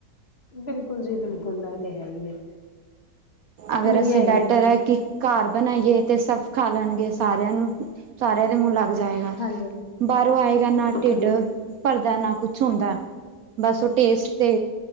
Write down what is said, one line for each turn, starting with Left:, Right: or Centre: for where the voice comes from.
Left: ਬਿਲਕੁਲ ਜੀ ਬਿਲਕੁਲ ਨਾ ਤੇ ਹੈ ਹੀ ਹੈ।
Right: ਅਗਰ
Left: ਮਹਿੰਗਾਈ
Right: ਅਸੀਂ ਬੈਟਰ
Left: ਨੇ
Right: ਹੈ ਕਿ ਘਰ ਬਣਾਈਏ ਤੇ ਸਭ ਖਾ ਲੈਣਗੇ ਸਾਰਿਆਂ ਨੂੰ ਸਾਰਿਆਂ ਦੇ ਮੁਹ ਜਾਏਗਾ
Left: ਹਾਂਜੀ
Right: ਬਾਹਰੋਂ ਆਏਗਾ ਨਾ
Left: ਬਿਲਕੁਲ
Right: ਢਿੱਡ-
Left: ਜੀ
Right: ਭਰਦਾ ਨਾ ਕੁਛ ਹੁੰਦਾ ਬਸ ਉਹ ਟੇਸਟ ਤੇ